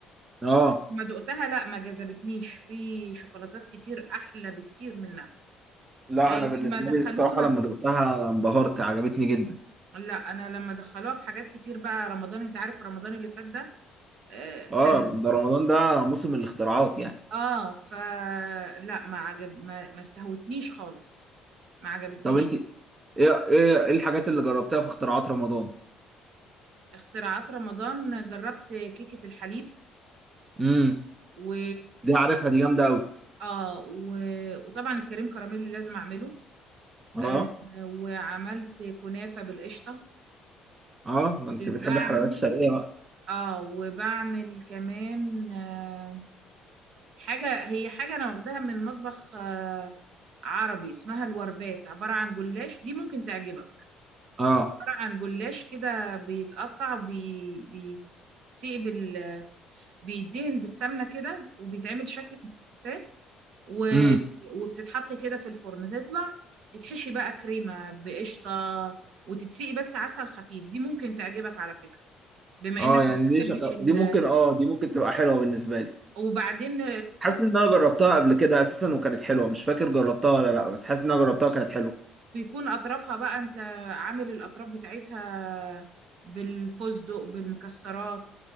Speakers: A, on the right; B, on the right.
A: اه
B: ما دقتها لا ما جذبتنيش في شوكولاتات كتير احلى بكتير منها
A: لا
B: إيه
A: انا بالنسبة
B: لما دخلوها
A: لي الصراحة لما دقتها انبهرت عجبتني جدا
B: لا انا لما دخلوها في حاجات كتير بقى رمضان انت عارف رمضان اللي فات ده آه، كان
A: اه ده رمضان ده موسم الاختراعات يعني
B: اه فلا ما عجب ما, ما استهوتنيش خالص ما عجبتنيش
A: طب انت ايه ايه إيه الحاجات اللي جربتها في اختراعات رمضان
B: اختراعات رمضان جربت كيكة الحليب
A: امم
B: و
A: دي عارفها دي جامدة قوي
B: اه و... وطبعا الكريم كراميل لازم اعمله
A: اه
B: آه وعملت كنافة بالقشطة
A: اه ما انت بتحبي
B: بعمل
A: الحلويات الشرقية بقى
B: اه وبعمل كمان آه، حاجة هي حاجة أنا واخداها من مطبخ آه، عربي اسمها الوربات عبارة عن جلاش دي ممكن تعجبك
A: اه
B: عبارة عن جلاش كده بيتقطع بي بيتسيب ال بيدهن بالسمنة كده وبيتعمل شكل مثلثات و...
A: اه
B: وبتتحط كده في الفرن تطلع تتحشي بقى كريمة بقشطة وتتسقي بس عسل خفيف دي ممكن تعجبك على فكرة بما
A: اه
B: انك
A: يعني
B: ما
A: دي
B: بتحبش
A: شغ...
B: ال...
A: دي ممكن اه دي ممكن تبقى حلوه بالنسبه لي
B: وبعدين
A: حاسس ان انا جربتها قبل كده اساسا وكانت حلوه مش فاكر جربتها ولا لا بس حاسس ان انا جربتها وكانت حلوه
B: بيكون اطرافها بقى انت عامل الاطراف بتاعتها بالفستق بالمكسرات